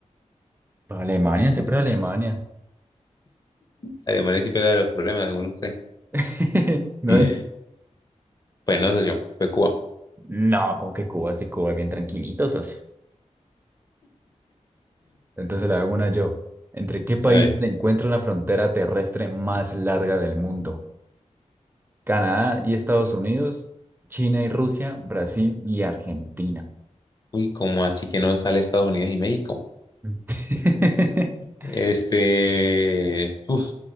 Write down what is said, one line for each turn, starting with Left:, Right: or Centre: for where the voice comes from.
Right: Pues Alemania, siempre Alemania.
Left: Alemania siempre era de los problemas, según
Right: <laughs> No,
Left: <laughs> Pues no sé yo, fue Cuba.
Right: no, como que Cuba, sí, Cuba es bien tranquilito, socio. Entonces le hago una yo. ¿Entre qué países
Left: A ver,
Right: se encuentra la frontera terrestre más larga del mundo? Canadá y Estados Unidos, China y Rusia, Brasil y Argentina.
Left: uy, ¿cómo así que no sale Estados Unidos y México?
Right: <laughs>
Left: Este, uf,